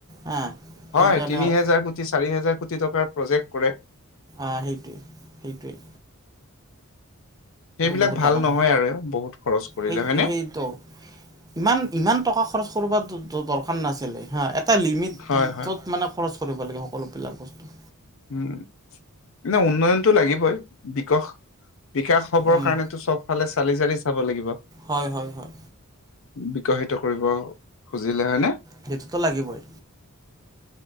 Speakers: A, on the right; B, on the left.
A: হা।
B: হয়
A: সেইকাৰণে
B: তিনি
A: অঁ
B: হেজাৰ কোটি চাৰি হোজাৰ কোটি টকাৰ প্ৰজেক্ট কৰে।
A: অ' সেইটোৱেই সেইটোৱেই।
B: সেইবিলাক
A: বহুত
B: ভাল
A: ডাঙৰ
B: নহয় আৰু বহুত খৰচ কৰিলে
A: সেই
B: হয়নে।
A: সেইটো ইমান ইমান টকা খৰচ কৰিব দৰকাৰ নাছিলে হা এটা লিমিটত
B: হয়, হয়।
A: মানে খৰচ কৰিব লাগে সকলোবিলাক বস্তু।
B: উম, এনে উন্নয়নতটো লাগিবই বিকশ বিকাশ হবৰ
A: উম
B: কাৰণেতো চবফালে চালি চালি চাব লাগিব
A: হয় হয় হয়
B: বিকশিত কৰিব খুজিলে হয়নে
A: সেইটোতো লাগিবই